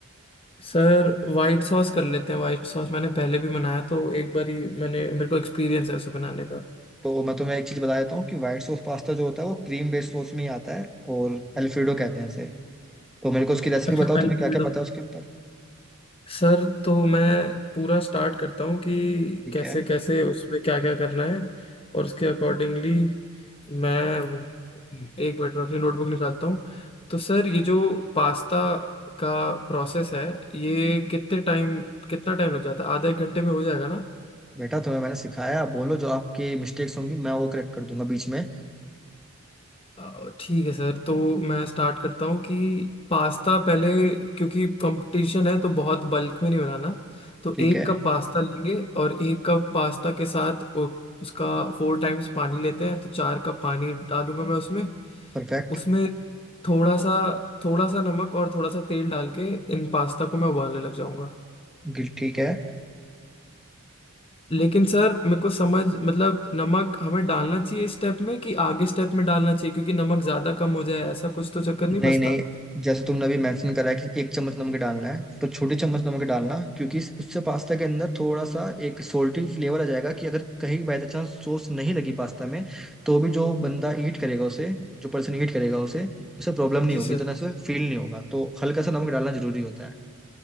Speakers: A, on the left; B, in the centre.
A: सर वाइट सॉस कर लेते हैं वाइट सॉस मैंने पहले भी बनाया तो एक बार ही मैंने मेरे को एक्सपीरियंस है उसे बनाने का
B: तो मैं तुम्हें एक चीज़ बता देता हूँ कि वाइट सॉस पास्ता जो होता है वो क्रीम बेस्ड सॉस में ही आता है और एल्फ्रेडो कहते हैं इसे तो मेरे को उसकी रेसिपी
A: अच्छा
B: बताओ
A: अल्फ्रेडो
B: तुम्हें क्या क्या पता है उसके ऊपर
A: सर तो मैं पूरा स्टार्ट करता हूँ कि
B: ठीक
A: कैसे
B: है
A: कैसे उसमें क्या क्या करना है और उसके अकॉर्डिंगली मैं वो- एक मिनट में अपनी नोटबुक निकालता हूँ तो सर ये जो पास्ता का प्रोसेस है ये कितने टाइम कितना टाइम लग जाता है आधा एक घंटे में हो जाएगा ना
B: बेटा तुम्हें मैंने सिखाया आप बोलो जो आपकी मिस्टेक्स होंगी मैं वो करेक्ट कर दूंगा बीच में
A: अ, ठीक है सर तो मैं स्टार्ट करता हूँ कि पास्ता पहले क्योंकि कंपटीशन है तो बहुत बल्क में नहीं बनाना तो
B: ठीक
A: एक
B: है
A: कप पास्ता लेंगे और एक कप पास्ता के साथ उ- उसका फोर टाइम्स पानी लेते हैं तो चार कप पानी डालूंगा मैं उसमें
B: परफेक्ट
A: उसमें थोड़ा सा थोड़ा सा नमक और थोड़ा सा तेल डाल के इन पास्ता को मैं उबालने लग जाऊंगा
B: गिल- ठीक है
A: लेकिन सर मेरे को समझ मतलब नमक हमें डालना चाहिए इस स्टेप में कि आगे स्टेप में डालना चाहिए क्योंकि नमक ज्यादा कम हो जाए ऐसा कुछ तो चक्कर नहीं
B: नहीं
A: बसता
B: नहीं जैसे तुमने अभी मेंशन करा है कि एक चम्मच नमक डालना है तो छोटी चम्मच नमक डालना क्योंकि इस- उससे पास्ता के अंदर थोड़ा सा एक सोल्टी फ्लेवर आ जाएगा कि अगर कहीं बाय चांस सॉस नहीं लगी पास्ता में तो भी जो बंदा ईट करेगा उसे जो पर्सन ईट करेगा उसे उसे प्रॉब्लम नहीं
A: जी
B: होगी
A: सर
B: इतना से फील नहीं होगा तो हल्का सा नमक डालना जरूरी होता